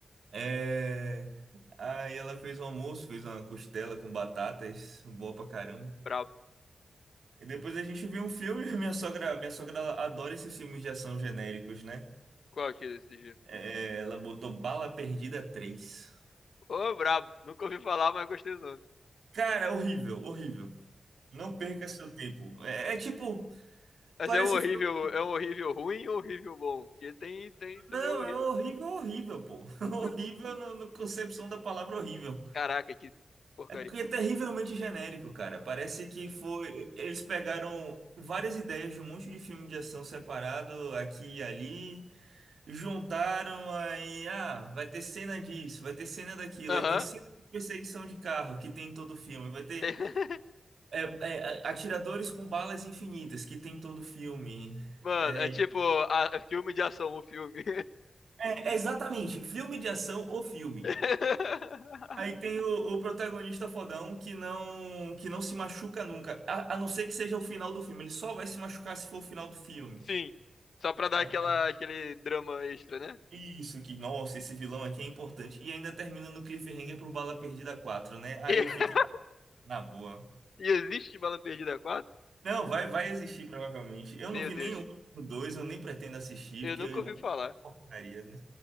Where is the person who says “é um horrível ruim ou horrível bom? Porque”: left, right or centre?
Left